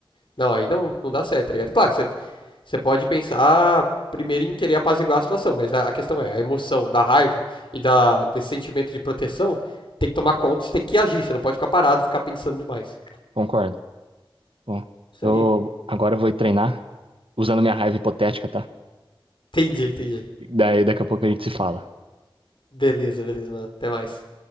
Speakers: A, on the left (about 65°); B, on the right (about 75°).
A: não, aí não, não dá certo, tá ligado? Claro, você, você pode pensar primeiro em querer apaziguar a situação, mas a, a questão é, a emoção da raiva e da, desse sentimento de proteção tem que tomar conta, você tem que agir, você não pode ficar parado, ficar pensando demais.
B: concordo. Bom,
A: Isso
B: eu
A: aí.
B: agora vou ir treinar usando minha raiva hipotética, tá?
A: Entendi, entendi.
B: Daí daqui a pouco a gente se fala.
A: Beleza, beleza, mano. Até mais.